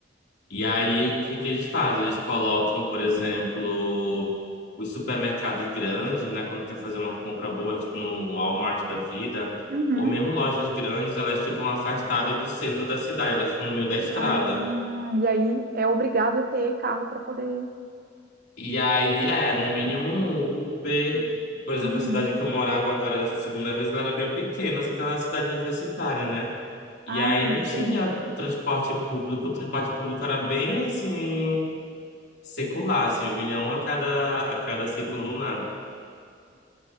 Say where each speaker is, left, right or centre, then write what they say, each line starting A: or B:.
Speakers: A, on the left; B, on the right.
A: E aí, o que que eles fazem? Eles colocam, por exemplo, os supermercados grandes, né? Quando quer fazer uma compra boa, tipo no Walmart da vida,
B: Uhum.
A: ou mesmo lojas grandes, elas ficam afastadas do centro da cidade, elas ficam no meio da estrada.
B: Ah, e aí é obrigado a ter carro para poder.
A: E aí, é, no mínimo um Uber. Por exemplo,
B: Uhum.
A: a cidade que eu morava agora, dessa segunda vez, ela era bem pequena, só que ela era cidade universitária, né? E
B: Ah,
A: aí não
B: eu
A: tinha
B: sei.
A: transporte público, o transporte público era bem assim. secular, assim, vinha um a cada, a cada ciclo lunar.